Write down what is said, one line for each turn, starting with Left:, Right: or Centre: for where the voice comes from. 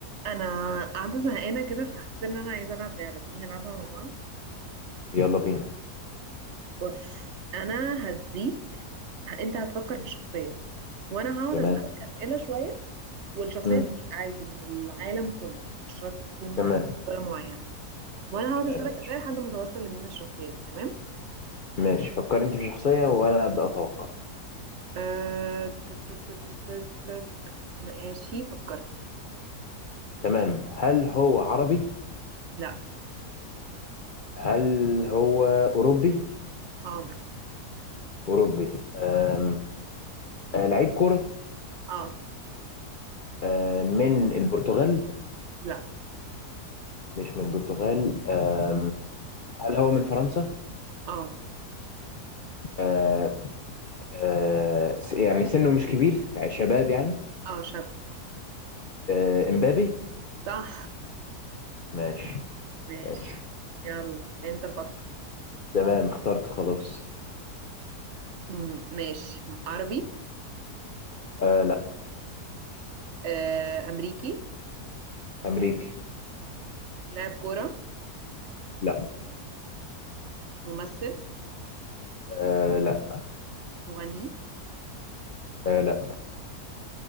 Right: انا قاعده زهقانه كده فحسيت ان انا عايزه العب لعبه تيجي نلعبها مع بعض
Left: يلا بينا
Right: بص انا هديك انت هتفكر
Left: مم.
Right: في شخصيه وانا هقعد
Left: تمام
Right: اسالك اسئله شويه والشخصيه
Left: مم.
Right: دي عادي من العالم كله مش شرط تكون
Left: تمام
Right: دوله معينه وانا هقعد
Left: تمام
Right: اسالك
Left: ماشي
Right: اسئله لحد ما توصل لمين الشخصيه دي تمام
Left: ماشي فكر انت في شخصية وانا ابدأ اتوقع
Right: أه... ت- ت- ت- ت- ت- ت- ماشي فكرت
Left: تمام هل هو عربي
Right: لا
Left: هل هو اوروبي
Right: اه
Left: اوروبي أم... آه، لعيب كرة
Right: اه
Left: أم... من البرتغال
Right: لا
Left: مش من البرتغال أم... هل هو من فرنسا
Right: اه
Left: أم... أم... يعني سنه مش كبير يعني شباب يعني
Right: اه شاب
Left: أه، امبابي
Right: صح
Left: ماشي
Right: ماشي
Left: ماشي
Right: يلا انت فكر
Left: تمام اخترت خلاص
Right: مم، ماشي عربي
Left: أه لا
Right: آه، أمريكي
Left: امريكي
Right: لاعب كورة
Left: لا
Right: ممثل
Left: أه لا
Right: مغني
Left: آه لا.